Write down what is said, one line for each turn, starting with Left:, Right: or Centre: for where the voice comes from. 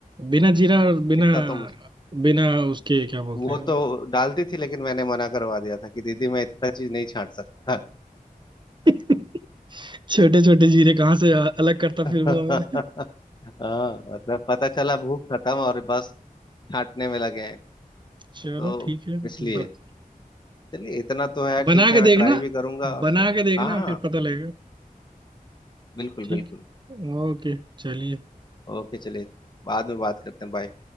Right: बिना जीरा और बिना
Left: इतना तो मुझे
Right: बिना उसके क्या बोलते
Left: वो
Right: हैं
Left: तो डालती थी लेकिन मैंने मना करवा दिया था कि दीदी मैं इतना चीज नहीं छांट सकता
Right: <laughs> छोटे छोटे जीरे कहाँ से अ- अलग करता
Left: <laughs>
Right: फिरूंगा मैं
Left: हाँ मतलब पता चला भूख खत्म और बस छांटने में लगे हैं
Right: चलो
Left: तो
Right: ठीक है
Left: इसलिए
Right: बत,
Left: चलिए इतना तो है
Right: बना
Left: ठीक है
Right: के
Left: मैं
Right: देखना
Left: ट्राई भी करूंगा और
Right: बना
Left: क्या
Right: के देखना
Left: हाँ हाँ
Right: फिर पता लगेगा
Left: बिल्कुल
Right: ठीक
Left: बिल्कुल
Right: ओके चलिए
Left: ओके चलिए बाद में बात करते हैं बाय